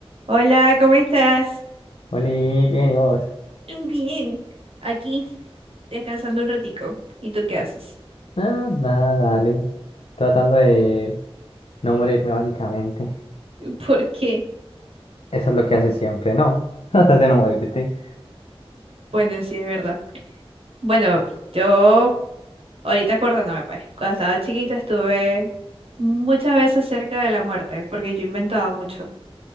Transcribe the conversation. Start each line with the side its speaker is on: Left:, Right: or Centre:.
Right: Hola, ¿cómo estás?
Left: Oli, bien, ¿y vos?
Right: Bien, aquí descansando un ratico. ¿Y tú qué haces?
Left: Nada, nada, dale. Tratando de no morirme, básicamente.
Right: <laughs> ¿Por qué?
Left: Eso es lo que haces siempre, ¿no? <laughs> Tratas de no morirte.
Right: Bueno, sí, es verdad. Bueno, yo ahorita acordándome, pues, cuando estaba chiquita estuve muchas veces cerca de la muerte, porque yo inventaba mucho.